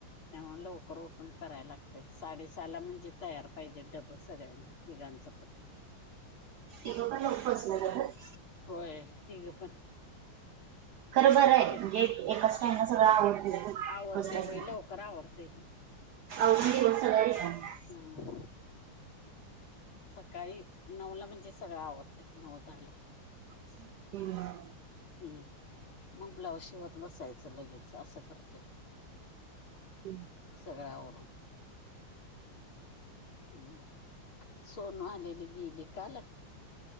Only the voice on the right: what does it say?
तगं पण लऊ बचलं <inaudible>
खरो बर <inaudible> आहे
म्हणजे एकाच टईमला सगळं आवडतस्ट
अ मसाला <inaudible>
<inaudible>
हं